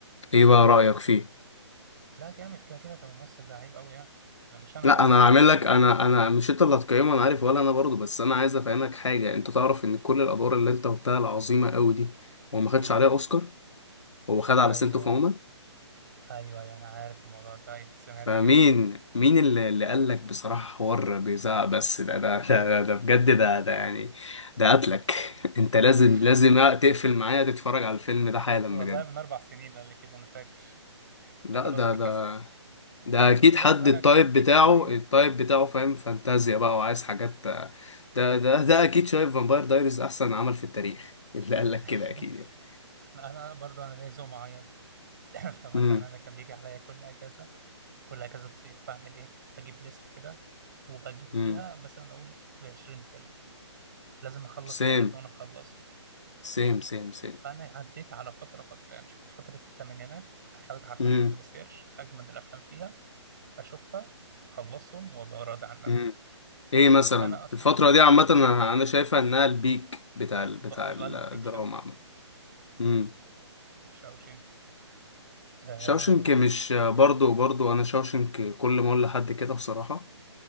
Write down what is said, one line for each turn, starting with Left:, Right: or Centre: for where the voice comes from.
Left: ايه بقى رأيك فيه
Right: لا جامد كده كده كممثل لعيب قوي يعني مش انا
Left: لا
Right: اللي هقيمه
Left: انا هعمل
Right: اكيد
Left: لك انا انا مش انت اللي هتقيمه انا عارف ولا انا برضو بس انا عايز افهمك حاجه انت تعرف ان كل الادوار اللي انت قلتها العظيمه قوي دي هو ما خدش
Right: امم
Left: عليها اوسكار هو خد على
Right: ايوه
Left: سنتو فاهمة
Right: ايوه ايوه انا عارف الموضوع ده ايوه سمعت
Left: فمين
Right: كده
Left: مين اللي, اللي قال لك بصراحه حوار بيزعق بس ده ده ده, ده, ده بجد ده ده يعني ده قتلك <laughs> انت لازم
Right: <laughs>
Left: لازم تقفل معايا تتفرج على الفيلم ده حالا
Right: والله
Left: بجد
Right: من اربع سنين قال لي كده انا فاكر
Left: لا
Right: فخلاص
Left: ده
Right: فكست
Left: ده ده اكيد
Right: اصل
Left: حد
Right: بص انا
Left: التايب
Right: كان بيجي
Left: بتاعه
Right: عليا
Left: التايب بتاعه فاهم فانتازيا بقى وعايز حاجات ده ده ده اكيد شايف فامباير دايريز احسن عمل في التاريخ اللي قال لك
Right: <laughs>
Left: كده اكيد يعني
Right: انا أنا برضه انا ليا ذوق معين <coughs> <laughs>
Left: <laughs>
Right: فمثلا
Left: امم
Right: انا كان بيجي عليا كل اجازه كل اجازه صيف بعمل ايه بجيب ليست كده وبجيب فيها
Left: امم
Right: مثلا اقول اكتب 20 فيلم لازم اخلص
Left: سيم
Right: الاجازه وانا مخلصهم
Left: سيم سيم سيم
Right: فانا عديت على فتره فتره يعني شفت فتره الثمانينات دخلت عارفين
Left: امم
Right: كنت بسيرش اجمد الافلام فيها اشوفها واخلصهم وابقى راضي عن نفسي
Left: امم ايه مثلا
Right: فانا اصلا
Left: الفترة
Right: مش
Left: دي عامة انا أنا شايفها
Right: بص
Left: انها البيك بتاع ال... بتاع
Right: بالب
Left: الدراما
Right: فيكشن
Left: عامة امم
Right: شاوشنك آه...
Left: شاوشنك مش برضو برضو انا شاوشنك كل ما اقول لحد كده بصراحة